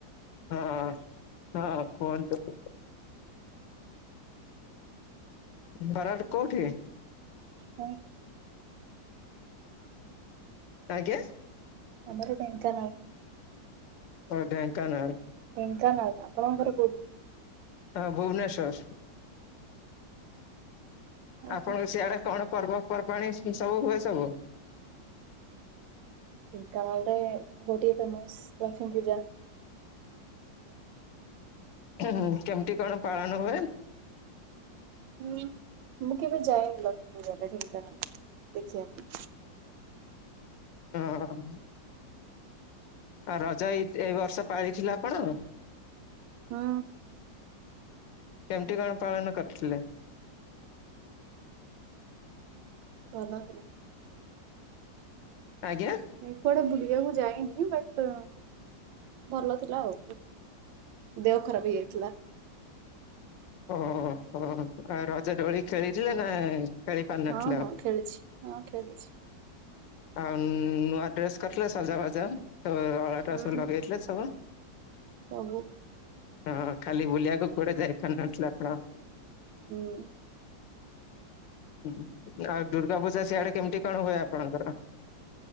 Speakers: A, on the left; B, on the right.
A: ହଁ ହଁ କୁହନ୍ତୁ। ଘର ଟା କୋଉଠି?
B: ହଁ।
A: ଆଜ୍ଞା।
B: ଆମର ଢେଙ୍କାନାଳ।
A: ଓ ଢେଙ୍କାନାଳ।
B: ଢେଙ୍କାନାଳ ଆପଣଙ୍କ ଘର କୋଉଠି?
A: ହଁ ଭୁବନେଶ୍ଵର।
B: ଓହୋ
A: ଆପଣଙ୍କ ସିଆଡେ କଣ ପର୍ବପର୍ବାଣି ସେ ସବୁ ହୁଏ ସବୁ?
B: ଢେଙ୍କାନାଳରେ ଗୋଟେ ଫେମସ ଲକ୍ଷ୍ମୀ ପୂଜା।
A: ହୁଁ ହୁଁ କେମିତି କଣ ପାଳନ ହୁଏ?
B: ହୁଁ ମୁଁ କେବେ ଯାଏନି ଲକ୍ଷ୍ମୀ ପୂଜା ଢେଙ୍କାନାଳ ଦେଖିବା ପାଇଁ।
A: ହଁ ହଁ ଆଉ ରଜ ଏଇ ଏଇ ବର୍ଷ ପାଳିଥିଲେ ଆପଣ?
B: ହୁଁ
A: କେମତି କଣ ପାଳନ କରିଥିଲେ?
B: ଭଲ
A: ଆଜ୍ଞା।
B: ନାଇ କୁଆଡେ ବୁଲିବାକୁ ଯାଇନି ବଟ ଭଲ ହ୍ୟାଲୋ ଦେହ ଖରାପ ହେଇଯାଇଥିଲା।
A: ଓହୋ ଓହୋ ଆଉ ରଜ ଦୋଳି ଖେଳିଥିଲେ ନା? ଖେଳି ପାରିନଥିଲେ
B: ହଁ
A: ଆଉ?
B: ହଁ ଖେଳିଛି ହଁ ଖେଳିଛି।
A: ଆଉ ନୂଆ ଡ୍ରେସ କରିଥିଲେ ସଜ ବାଜାର।
B: ହୁଁ
A: <unintelligible> ସବୁ?
B: ସବୁ
A: ହଁ ଖାଲି ବୁଲିବାକୁ କୁଆଡେ ଯାଇପାରି ନଥିଲେ ଆପଣ।
B: ହୁଁ।
A: ହୁଁ ଆଉ ଦୁର୍ଗା ପୂଜା ସିଆଡେ କେମିତି କଣ ହୁଏ ଆପଣଙ୍କର?